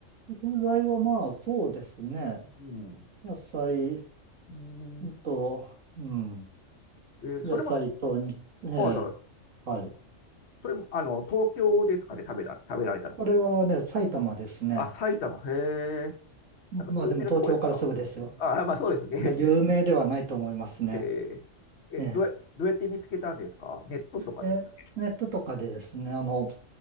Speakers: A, on the right; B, on the left.
A: 食材はまあそうですね。
B: うん。
A: 野菜
B: うん
A: と、うん。
B: えーそれも、
A: 野菜とに、ええ、
B: はいはい。
A: はい。
B: それも、あの、東京ですかね、食べた、食べられたのは。
A: これはね、埼玉ですね。
B: あ、埼玉、へえ。なんか有名なとこですか
A: まあでも東京からすぐですよ。
B: あ、まあそうですね。
A: いや、有名ではないと思いますね。
B: <laughs> えーえ、
A: ええ。
B: どうや、どうやって見つけたんですかネットとかですか
A: え、ネットとかでですね、あの、